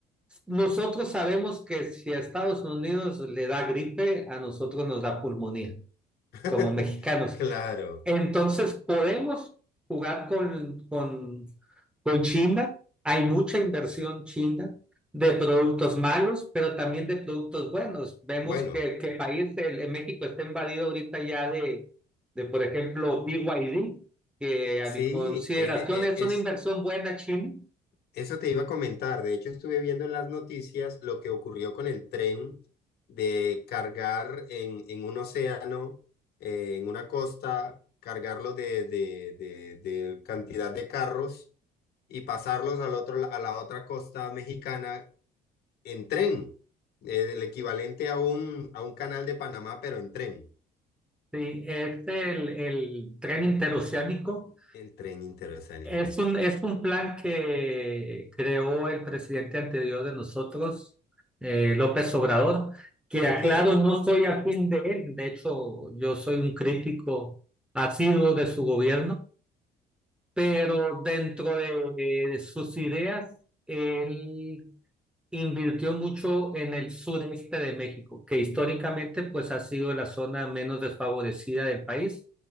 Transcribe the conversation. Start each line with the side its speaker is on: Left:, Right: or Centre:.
Centre: nosotros sabemos que si a Estados Unidos le da gripe, a nosotros nos da pulmonía,
Left: <laughs>
Centre: como mexicanos.
Left: Claro.
Centre: Entonces podemos jugar con, con, con China. Hay mucha inversión china de productos malos, pero también de productos buenos. Vemos
Left: Bueno,
Centre: que, que país, el, el México está invadido ahorita ya de, de, por ejemplo, BYD, que
Left: sí,
Centre: a mi consideración
Left: e-
Centre: es
Left: e-
Centre: una
Left: es,
Centre: inversión buena china.
Left: Eso te iba a comentar. De hecho, estuve viendo en las noticias lo que ocurrió con el tren de cargar en, en un océano, eh, en una costa, cargarlo de, de, de, de cantidad de carros y pasarlos al otro, la- a la otra costa mexicana en tren. Eh, el equivalente a un, a un canal de Panamá, pero en tren.
Centre: Sí, es el, el tren interoceánico
Left: El tren interoceánico.
Centre: Es un, es un plan que creó el presidente anterior de nosotros, eh, López Obrador, que
Left: Ok,
Centre: aclaro, no soy afín de él, de hecho yo soy un crítico asiduo de su gobierno, pero dentro de, de sus ideas, él invirtió mucho en el sureste de México, que históricamente pues ha sido la zona menos desfavorecida del país